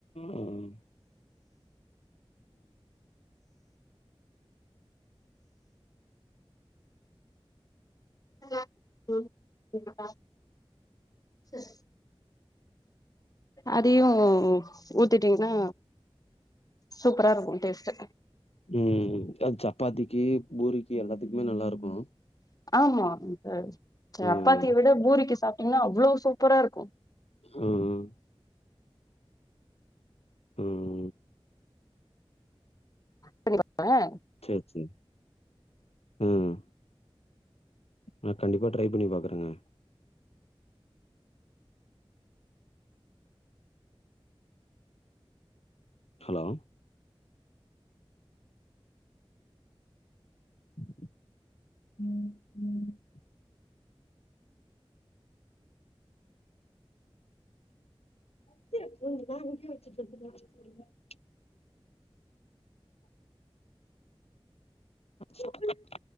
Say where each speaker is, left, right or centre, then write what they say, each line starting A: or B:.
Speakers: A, on the left; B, on the left.
A: ஆ ம்
B: ஹலோ ம் இங்க பாரு சரி அதையு ஊத்திட்டீங்னா சூப்பரா இருக்கும் டேஸ்டு
A: ம் து சப்பாத்திக்கி பூரிக்கி எல்லாத்துக்குமே நல்லா இருக்கு
B: ஆமா அந்த சப்பாத்திய
A: ம்
B: விட பூரிக்கு சாப்பிட்டீங்னா அவ்ளோ சூப்பரா இருக்கு
A: ம்ம் ம்
B: பண்ணி <inaudible> கலே
A: செர்செரி ம் நா கண்டிப்பா ட்ரை பண்ணி பாக்குறேங்க ஹலோ <inaudible> <unintelligible> <unintelligible> பிளான்